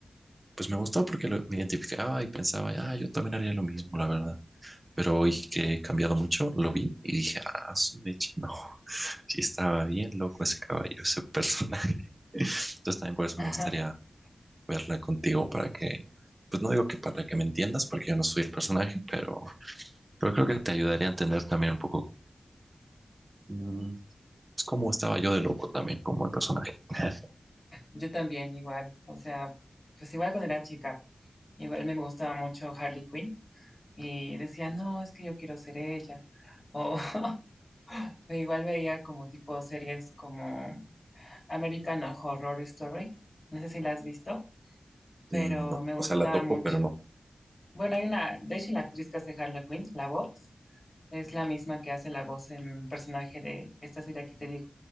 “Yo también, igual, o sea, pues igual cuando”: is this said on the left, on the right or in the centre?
Left